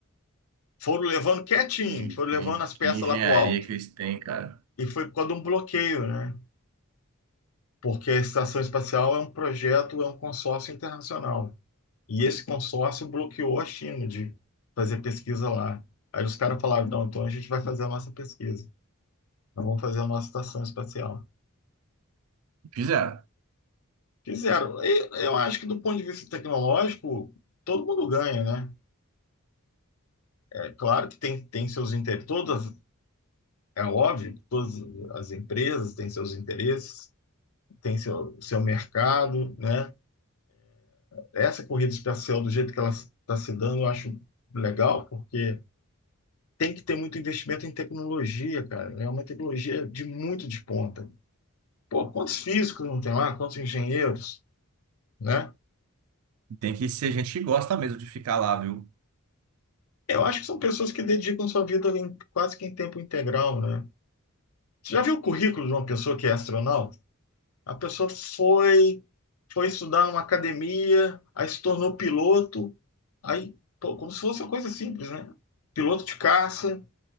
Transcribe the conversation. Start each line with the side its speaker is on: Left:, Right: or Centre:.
Left: Foram levando quietinho,
Right: Isso,
Left: foram levando
Right: hein?
Left: as peças
Right: Que engenharia
Left: lá para o alto.
Right: que eles têm, cara.
Left: E foi por causa de um bloqueio, né? Porque a Estação Espacial é um projeto, é um consórcio internacional. E esse consórcio bloqueou a China de fazer pesquisa lá. Aí os caras falaram, não, então a gente vai fazer a nossa pesquisa. Nós vamos fazer a nossa estação espacial.
Right: Fizeram.
Left: Fizeram. E eu acho que do ponto de vista tecnológico, todo mundo ganha, né? É claro que tem, tem seus interesses, todas É óbvio que todas as empresas têm seus interesses, têm seu, seu mercado, né? Essa corrida espacial, do jeito que ela está se dando, eu acho legal, porque tem que ter muito investimento em tecnologia, cara. É uma tecnologia de muito de ponta. Pô, quantos físicos não tem lá? Quantos engenheiros, né?
Right: Tem que ser gente que gosta mesmo de ficar lá, viu?
Left: Eu acho que são pessoas que dedicam sua vida em- quase que em tempo integral, né? Você já viu o currículo de uma pessoa que é astronauta? A pessoa foi, foi estudar numa academia, aí se tornou piloto, aí, pô, como se fosse uma coisa simples, né? Piloto de caça,